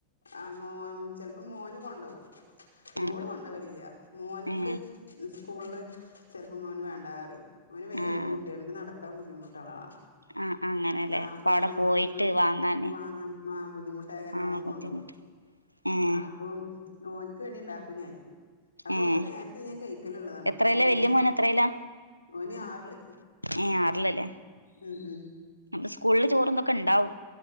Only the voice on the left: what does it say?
ആഹ് മോൻ ചെിലപ്പോ മോന് കൊണ്ടുപോവൂ മോളും
കൊണ്ടോകലില്ല മോന്ക്ക്
സ്കൂളില് ചിലപ്പോ മോന് വേണ്ട പറയും ഓൻ വയ്യാത്തൊരു
കുട്ടികൾ നടക്കാൻ ബുദ്ധിമുട്ടള്ളതാ
ആഹ്
അപോ
ഓനെ
അവിടുന്ന്
വാങ്ങാൻ ആഹ് ബുദ്ധിമുട്ടായ കാരണം
ഓൻ
കൊണ്ടോകും.
അപ്പൊ ഓനിക്ക് വേണ്ടി ഉണ്ടാക്കും ഞാന് അപ്പൊക്കെ
നേരത്തെ ഞാൻ കഴിക്കല്ള്ളതാണ്
ഇന്ന്
ഓന് ആറില്-
ഉം ഉം